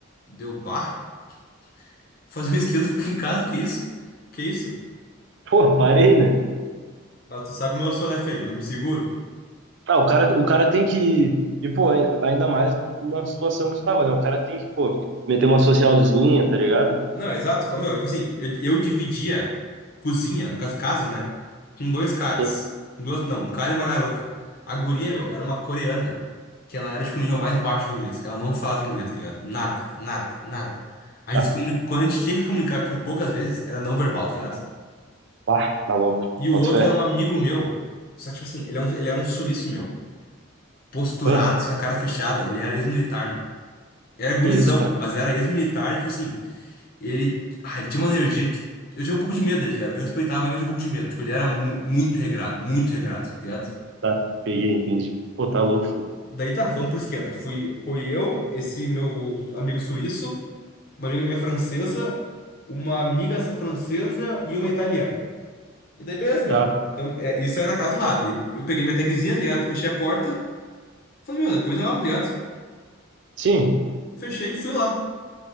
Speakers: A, on the left (about 45°); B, on the right (about 60°).
A: Deu bar? <laughs> Fazer um esquenta, fica em casa, que isso? Que isso?
B: Pô, parei, né?
A: Mas tu sabe como eu sou, né, feio? Não me seguro.
B: Ah, o cara, o cara tem que. E, pô, ai- ainda mais na situação que tu tava, né? O cara tem que, pô, meter uma socialzinha, tá ligado?
A: Não, exato. Ô, meu, tipo assim, eu, eu dividia cozinha, no caso, casa, né? Com dois caras.
B: Sim.
A: Com duas, não, um cara e uma garota. A guria, meu, era uma coreana, que ela era, tipo, o nível mais baixo de inglês. Ela não falava inglês, tá ligado? Nada, nada, nada. A gente,
B: Ah,
A: se comuni- quando a gente tinha que se comunicar, que foi poucas vezes, era não verbal, tá ligado?
B: pá, tá louco.
A: E o
B: Bota
A: outro
B: fé.
A: era um amigo meu. Só que, tipo assim, ele, é um, ele era um suíço, meu. Posturado,
B: Ah,
A: assim, com a cara fechada. Ele era ex-militar, meu. Era gurizão,
B: que isso, cara.
A: mas era ex-militar, tipo assim. Ele, ah, ele tinha uma energia que. Eu tinha um pouco de medo dele, ligado? Eu respeitava ele, mas tinha um pouco de medo. Tipo, ele era mu- muito regrado, muito regrado, tá ligado?
B: Tá, peguei, entendi. Pô, tá louco, filho.
A: Daí tá, vamos pro esquenta. Fui, foi eu, esse meu amigo suíço, uma amiga minha francesa, uma amiga essa francesa e uma italiana. E daí, beleza, meu.
B: Tá.
A: Então, é, isso aí é na casa do lado. Daí eu peguei minha tagzinha, tá ligado? Fechei a porta. Falei, meu, depois eu abro, tá ligado?
B: Sim.
A: Fechei e fui lá.